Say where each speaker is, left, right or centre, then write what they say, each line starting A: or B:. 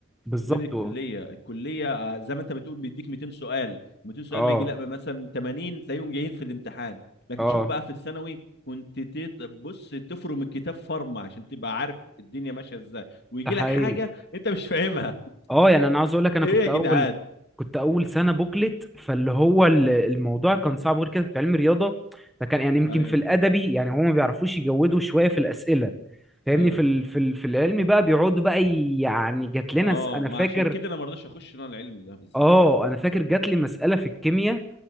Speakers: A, in the centre; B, on the left.
A: بالظبط
B: غير الكليه الكليه آه، زي ما انت بتقول بيديك 200 سؤال 200 سؤال
A: اه
B: ما يجي لا مثلا 80 تلاقيهم جايين في الامتحان لكن
A: اه
B: شوف بقى في الثانوي كنت تت- بص تفرم الكتاب فرمه عشان تبقى عارف الدنيا ماشيه ازاي ويجي
A: ده حقيقي
B: لك حاجه انت مش فاهمها
A: اه يعني انا عاوز
B: <laughs>
A: اقول لك انا
B: ايه
A: كنت
B: يا جدعان
A: اول كنت اول سنه بوكلت فاللي هو ال- الموضوع كان صعب غير كده كنت علم رياضه فكان يعني يمكن
B: ايوه
A: في الادبي يعني هما ما بيعرفوش يجودوا شويه في الاسئله فاهمني
B: ايوه
A: في ال... في ال... في العلمي بقى بيقعدوا بقى ي- يعني جات لنا
B: اه
A: س... انا
B: ما
A: فاكر
B: عشان كده انا ما رضيتش اخش انا العلمي ده بالذات
A: اه انا فاكر جات لي مساله في الكيمياء